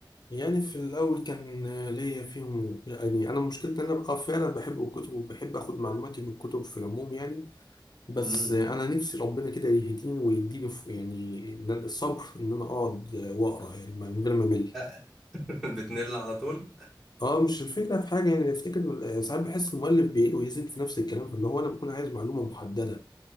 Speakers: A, on the left; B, in the centre.
A: يعني في الأول كان ليا فيهم يعني أنا مشكلتي إن أنا بقى فعلا بحب الكتب وبحب آخد معلوماتي من الكتب في العموم يعني بس
B: امم
A: أنا نفسي ربنا كده يهديني ويديني ف- يعني إن أنا- الصبر إن أنا أقعد وأقرأ يعني من غير ما أمل
B: <laughs> بتنل على طول
A: أه مش الفكرة في حاجة يعني أفتكر ساعات بحس المؤلف بيعيد ويزيد في نفس الكلام فاللي هو أنا بكون عايز معلومة محددة